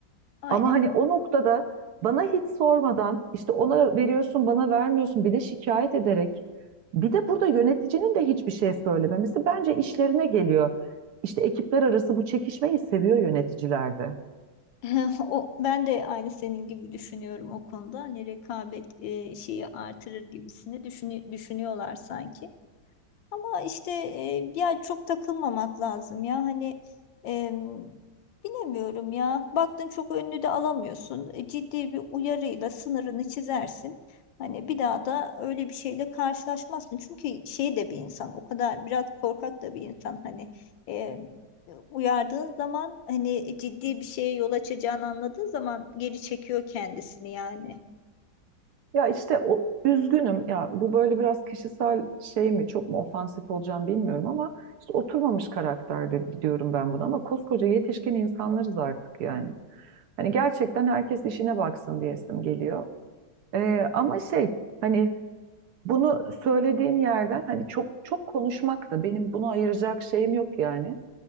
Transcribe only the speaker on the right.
Ama hani o noktada bana hiç sormadan işte ona veriyorsun bana vermiyorsun bir de şikayet ederek bir de burada yöneticinin de hiçbir şey söylememesi bence işlerine geliyor. İşte ekipler arası bu çekişmeyi seviyor yöneticilerde.
Ya işte o üzgünüm ya bu böyle biraz kişisel şey mi çok mu ofansif olacağım bilmiyorum ama işte oturmamış karakterde diyorum ben buna ama koskoca yetişkin insanlarız artık yani. Hani gerçekten herkes işine baksın diyesim geliyor. Ee, ama şey hani Bunu söylediğin yerden hani çok çok konuşmak da benim bunu ayıracak şeyim yok yani.